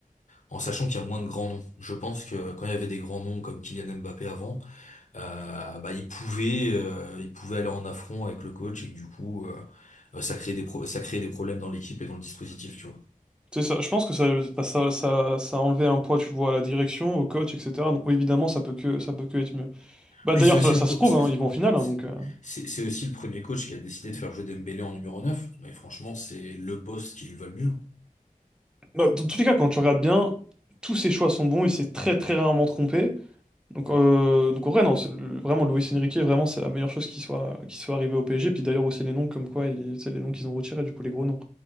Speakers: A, on the left; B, in the centre.
A: en sachant qu'il y a moins de grands noms. Je pense que euh, quand il y avait des grands noms comme Kylian Mbappé avant, euh, bah, il pouvait, euh, il pouvait aller en affront avec le coach et que du coup, euh, euh, ça crée des pro- ça crée des problèmes dans l'équipe et dans le dispositif, tu vois.
B: C'est ça. Je pense que ça, bah, ça, ça, ça a enlevé un poids, tu vois, à la direction, au coach, etc. Donc oui, évidemment, ça peut que, ça peut que être mieux. Bah
A: Puis
B: d'ailleurs,
A: c'est aussi
B: ça,
A: le
B: ça
A: pro-
B: se prouve,
A: c'est
B: hein, ils vont en finale.
A: c'est-
B: hein, donc, euh.
A: c'est- c'est aussi le premier coach qui a décidé de faire jouer Dembélé en numéro 9. Mais franchement, c'est le poste qui lui va le mieux.
B: Bah, dans tous les cas, quand tu regardes bien, tous ses choix sont bons. Il s'est très très rarement trompé. Donc, euh, donc en vrai, non, c'est- le- vraiment, Luis Enrique, vraiment, c'est la meilleure chose qui soit, qui soit arrivée au PSG. Puis d'ailleurs aussi les noms, comme quoi, il- c'est les noms qu'ils ont retirés, du coup, les gros noms.